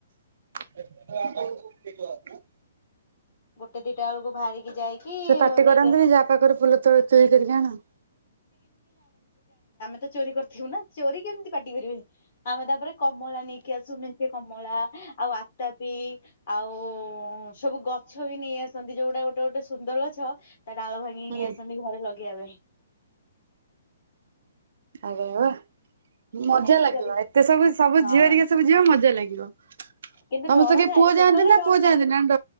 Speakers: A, on the right; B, on the left.
A: <unintelligible>
B: ଗୋଟେ ଦିଟା ବେଳକୁ ବାହାରିକି ଯାଇକି
A: ସେ ପାଟି
B: ନେଇକି
A: କରନ୍ତିନି
B: ଆ
A: ଯାହା ପାଖରେ ଫୁଲ ତୋଳ ଚୋରି କରିକି ଆଣ।
B: ତୁ ଚୋରି କରିଥିବୁ ନା ଚୋରି କେମିତି ପାଟି କରିବେ ଆମେ ତାପରେ କମଳା ନେଇକି ଆସୁ ମେଞ୍ଚେ କମଳା ଆଉ ଆତାପି ଆଉ ଉଁ-ଉଁ ସବୁ ଗଛ ବି ନେଇ ଆସନ୍ତି ଯୋଉଟା ଗୋଟେ ଗୋଟେ ସୁନ୍ଦର ଗଛ ତା ଡାଳ ଭାଙ୍ଗିକି
A: ହୁଁ
B: ନେଇ ଆସନ୍ତି ଘରେ ଲଗେଇବା ପାଇଁ।
A: ଆରେ ୱା ମଜା
B: ଏମିତି
A: ଲାଗିବ
B: କରିକି
A: ଏତେ ସବୁ ସବୁ
B: ହଁ
A: ଝିଅରିକା ସବୁ ଯିବ ମଜା ଲାଗିବ।
B: କିନ୍ତୁ
A: ତମେ
B: ଡର
A: ତ କିଏ
B: ଥାଏ
A: ପୁଅ
B: ସେତେବେଳେ
A: ଯାଆନ୍ତି ନା
B: ଡର
A: ପୁଅ
B: ଲାଗେନି
A: ଯାଆନ୍ତି ନା ଡ